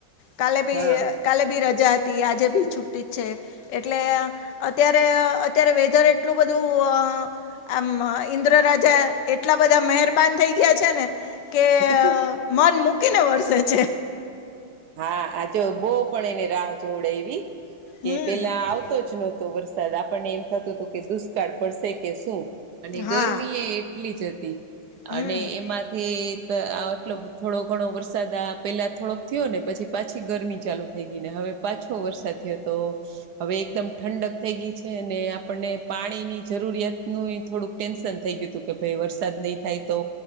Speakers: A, on the left; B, on the right.
A: કાલે ભી-
B: હા
A: - કાલે બી રજા હતી આજે બી છુ્ટી જ છે. એટલે અત્યારે અત્યારે વેધર એટલું બધું- - આમ ઇન્દ્ર રાજા એટલા બધા મહેરબાન થઈ ગયા છે ને કે- -
B: <inaudible>
A: મન મૂકીને વરસે છે.
B: હા જો બો પણ એને રાહ જોડે એવી કે
A: હમ
B: પેલા આવ- - આવતો જ નહોતો વરસાદ આપણને એમ થતું હતું કે દુષ્કાળ પડશે કે શું? અને
A: હા
B: ગરમી એ એટલી જ હતી
A: હમ
B: અને એમાંથી- - આ એટલો થોડો ઘણો વરસાદ આ પહેલાં થોડોક- - થયો ને પછી પાછી ગરમી ચાલુ થઈ ગઈ ને હવે પાછો વરસાદ થયો તો- - હવે એકદમ ઠંડક થઈ ગઈ છે, અને આપણને પાણીની જરૂરિયાત નું થોડુંક. ટેન્શન થઈ ગયુ હતું કે ભાઈ વરસાદ નહીં- - થાય તો